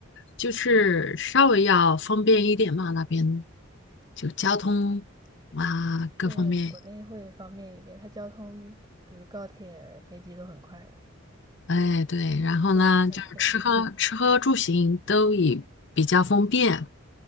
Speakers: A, on the left (about 60°); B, on the right (about 20°).
A: 就是稍微要方便一点嘛，那边就交通啊各方面。
B: 对的，国内会方便一点，它交通，比如高铁、飞机都很快，
A: 哎，对，然后呢，
B: 对，也很便宜。
A: 就是吃喝吃喝住行都以比较方便，